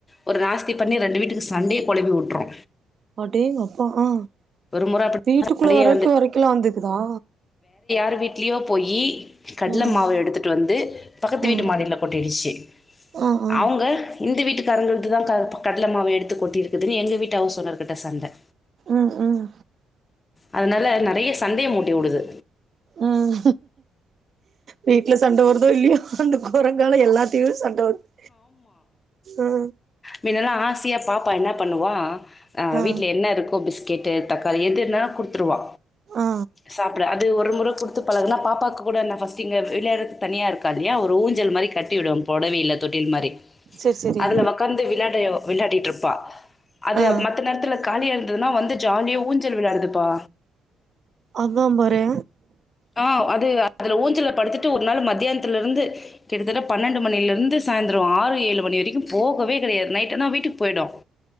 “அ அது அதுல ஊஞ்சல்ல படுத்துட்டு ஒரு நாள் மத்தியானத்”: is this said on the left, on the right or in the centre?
Left